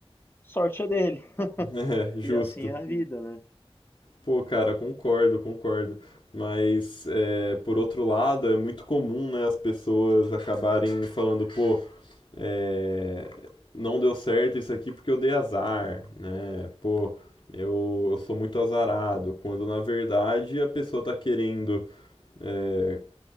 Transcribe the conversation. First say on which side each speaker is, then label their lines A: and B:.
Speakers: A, on the left (about 20°); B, on the left (about 50°).
A: sorte é dele. <laughs>
B: <laughs> É, justo.
A: E assim é a vida, né?
B: Pô, cara, concordo, concordo. Mas, é, por outro lado, é muito comum, né, as pessoas acabarem falando, pô, é, não deu certo isso aqui porque eu dei azar, né? Pô, eu, eu sou muito azarado. Quando, na verdade, a pessoa tá querendo é,